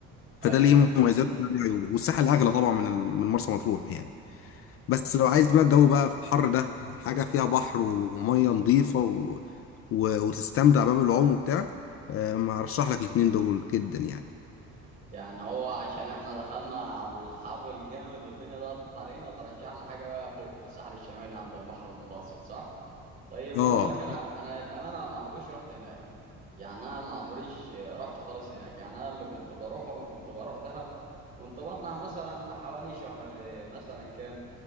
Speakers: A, on the left (about 50°); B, on the right (about 30°).
A: فده
B: ايوه
A: ليه
B: ايوه
A: مميزات وده ليه عيوب والساحل اغلى طبعا من ال... من مرسى مطروح يعني بس
B: اكيد
A: لو عايز بقى الجو بقى في الحر ده حاجة فيها بحر ومية نظيفة و... و... وتستمتع بقى بالعوم وبتاع آه، ما ارشح لك الاتنين دول جدا يعني
B: يعني هو عشان احنا دخلنا على الحر الجامد والدنيا ضغطت علينا ترشح لي حاجه بقى فوق في الساحل الشمالي عند البحر المتوسط صح طيب
A: اه
B: هقول لك انا انا للامانه ما عمريش رحت هناك يعني انا ما عمريش رحت خالص هناك يعني انا اللي كنت بروحهم كنت بروح دهب كنت بطلع مثلا في حوالي شهر مثلا كام